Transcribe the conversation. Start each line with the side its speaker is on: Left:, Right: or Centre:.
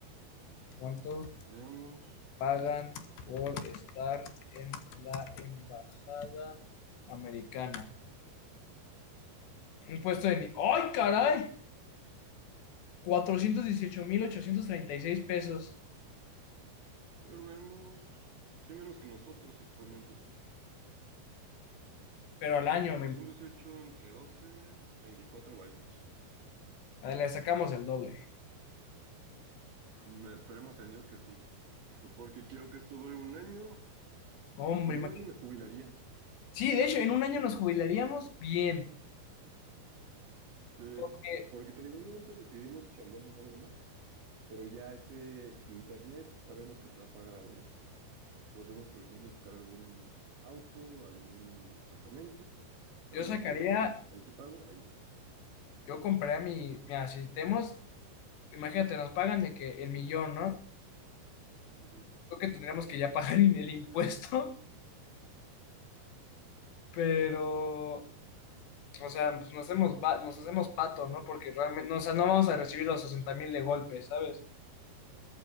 Left: ¿Cuánto
Right: Veamos,
Left: pagan por estar en la embajada americana? Un puesto de... ni- ¡Ay, caray! cuatrocientos dieciocho mil ochocientos treinta y seis pesos.
Right: a ver, veamos. Sí, menos que nosotros actualmente.
Left: Pero al año
Right: 418
Left: me
Right: entre 12, 34 varitos.
Left: le sacamos el doble.
Right: Mm, Esperemos en Dios que sí, <laughs> porque quiero que esto dure un año.
Left: Hombre,
Right: En
Left: imagínate.
Right: un año me jubilaría.
Left: Sí, de hecho, en un año nos jubilaríamos bien.
Right: Sí,
Left: Eh,
Right: porque te digo, obviamente le seguiríamos chambeando en algo más, pero ya ese internet sabemos que se va a pagar al mes. Podríamos, por ejemplo, sacar algún auto, algún departamento. Sabemos
Left: Yo sacaría,
Right: que el, ese pago, ahí está.
Left: yo compraría mi, mira, si tenemos, imagínate, nos pagan de que el millón, ¿no?
Right: Ujú.
Left: Creo que tendríamos que ya pagar <laughs> el impuesto, pero, o sea, pues nos hacemos, va- nos hacemos pato, ¿no? Porque realmente, no, o sea, no vamos a recibir los sesenta mil de golpe, ¿sabes?